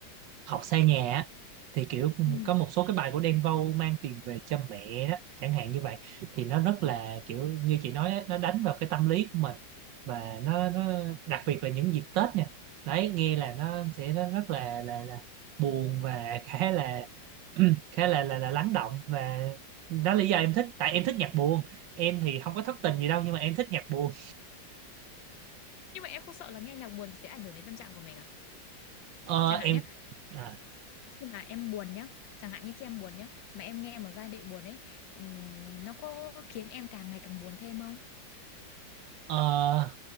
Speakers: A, on the right (about 75°); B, on the left (about 80°).
A: học xa nhà á, thì kiểu
B: Ừ.
A: có một số cái bài của Đen Vâu mang tiền về cho mẹ đó chẳng hạn như vậy thì nó rất là kiểu như chị nói á, nó đánh vào cái tâm lý của mình và nó, nó đặc biệt là những dịp Tết nha đấy nghe là nó sẽ rất rất là là, là buồn và khá là <clears throat> khá là, là là lắng động và đó là lý do em thích tại em thích nhạc buồn em thì không có thất tình gì đâu nhưng mà em thích nhạc buồn
B: Nhưng mà em không sợ là nghe nhạc buồn thì sẽ ảnh hưởng đến tâm trạng của mình à?
A: ờ,
B: Chẳng hạn
A: em
B: nhé.
A: à,
B: khi mà em buồn nhá chẳng hạn như khi em buồn nhá mà em nghe một giai điệu buồn ấy ừm, nó có khiến em càng ngày càng buồn thêm không
A: ờ,